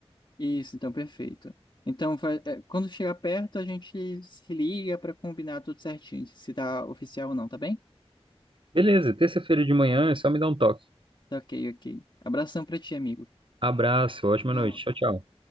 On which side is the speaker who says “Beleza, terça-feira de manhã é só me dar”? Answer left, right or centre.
Right